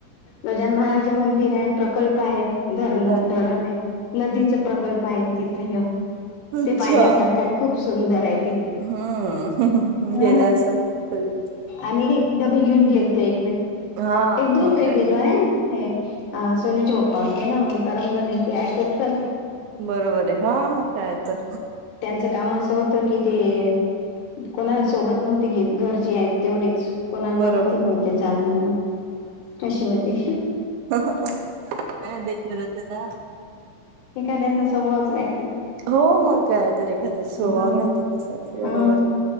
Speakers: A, on the left; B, on the right.
A: गजान महाराज मंदिर आहे. प्रकल्प आहे. धरण
B: अ-
A: धरण आहे नदीचा प्रकल्प आहे तिथं
B: अच्छा
A: ते पाहण्यासारखं काय खूप सुंदर आहे ते.
B: हम्म
A: हा
B: गेला असाल तुम्ही कधी
A: आम्ही डबी घेऊन गेलतो एकवे.
B: हा
A: एक दोन
B: मग
A: वेळ
B: काय
A: गेलो आहे. हे सोनूचे पप्पा होते ना मग करमला नाही की, टच चला.
B: बरोबर आहे हा, मग काय तर
A: का होत की, ते कोणा सोबत. नव्हती घेत घरची आहेत तेवढेच, कोणाला म्हणत
B: बरोबर
A: नव्हते चाल म्हणून. अशवती,
B: त खूप्पच, का डेंजरत ना.
A: एखाद्याचा स्वभावच रायच.
B: हो मग काय तर, एखाद्या स्वभाव
A: हा
B: राहत तसाच बरोबर
A: हा